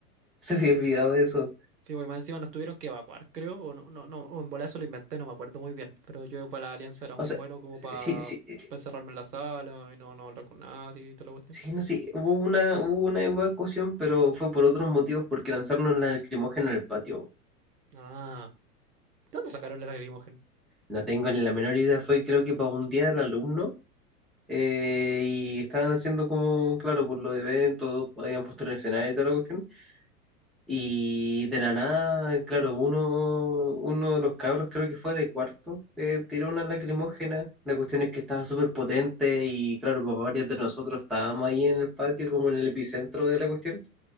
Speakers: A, in the centre; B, on the right.
A: se me había olvidado eso.
B: Sí, güey, más encima nos tuvieron que evacuar, creo, o no, no, no, o en bola eso lo inventé, no me acuerdo muy bien. Pero yo para la Alianza era muy
A: O sea,
B: muero como para
A: sí, sí, eh,
B: encerrarme en la sala y no, no hablar con nadie y toda la cuestión.
A: sí, no sí hubo una, hubo una evacuación, pero fue por otros motivos, porque lanzaron una lacrimógena en el patio.
B: Ah, ¿de dónde sacaron la lacrimógena?
A: No tengo ni la menor idea, fue creo que para un día al alumno eh, y estaban haciendo como, claro, por los eventos, habían puesto el escenario y toda la cuestión. Y de la nada, claro, uno, uno de los cabros, creo que fue de cuarto, eh, tiró una lacrimógena. La cuestión es que estaba súper potente y, claro, pues varios de nosotros estábamos ahí en el patio, como en el epicentro de la cuestión